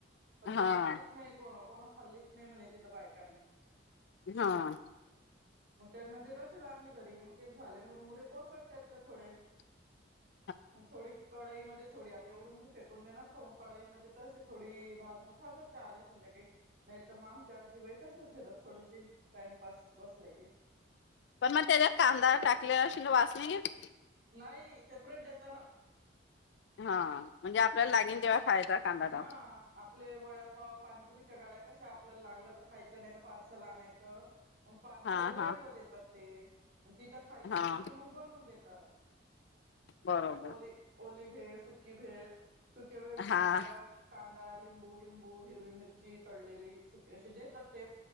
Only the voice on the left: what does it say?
हा
हा.
<inaudible>
पण मग त्याच्यात कांदा टाकलेला असेन ना वास नाय येत.
हा म्हणजे आपल्याला लागेन तेव्हा खायचा कांदा
टाकून
हा
हा
हा
बरोबर
हा